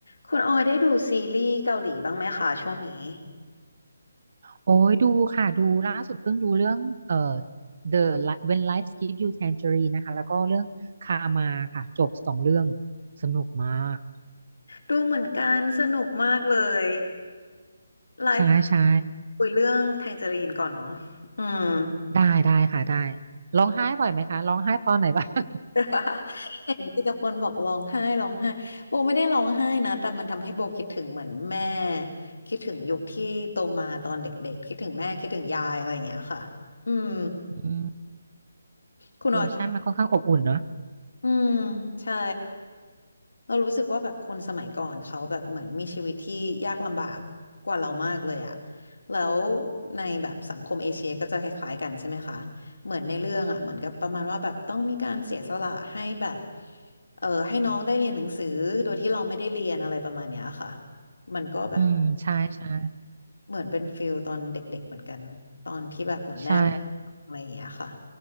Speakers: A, on the left (about 90°); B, on the right (about 40°).
A: คุณออยได้ดูซีรีส์เกาหลีบ้างไหมคะช่วงนี้
B: โอ้ยดูค่ะดูล่าสุดเพิ่งดูเรื่องเอ่อ The Li- When Life Gives You Tangerine นะคะแล้วก็เรื่องคามาค่ะจบสองเรื่องสนุกมาก
A: ดูเหมือนกันสนุกมากเลยไลฟ์
B: ใช่ใช่
A: คุยเรื่องแทงเจอรีนก่อนเนาะอืม
B: ได้ได้ค่ะได้ร้องไห้บ่อยไหมคะร้องไห้ตอนไหนบ้าง
A: <laughs> เห็นที่กระปนบอกร้องไห้ร้องไห้โบไม่ได้ร้องไห้นะแต่มันทำให้โบคิดถึงเหมือนแม่คิดถึงยุคที่โตมาตอนเด็กๆคิดถึงแม่คิดถึงยายอะไรอย่างเงี้ยค่ะอืม
B: <laughs> อืม
A: คุณออย
B: เออใช่มันค่อนข้างอบอุ่นเนอะ
A: อืมใช่เรารู้สึกว่าแบบคนสมัยก่อนเขาแบบเหมือนมีชีวิตที่ยากลำบากกว่าเรามากเลยอะแล้วในแบบสังคมเอเชียก็จะคล้ายๆกันใช่ไหมคะเหมือนในเรื่องอะเหมือนกับประมาณว่าแบบต้องมีการเสียสละให้แบบเออให้น้องได้เรียนหนังสือโดยที่เราไม่ได้เรียนอะไรประมาณเนี้ยค่ะมันก็แบบ
B: อืมใช่ใช่
A: เหมือนเป็นฟิลตอนเด็กๆเหมือนกันตอนที่แบบเหมือนแม่
B: ใช่
A: อะไรอย่างเงี้ยค่ะ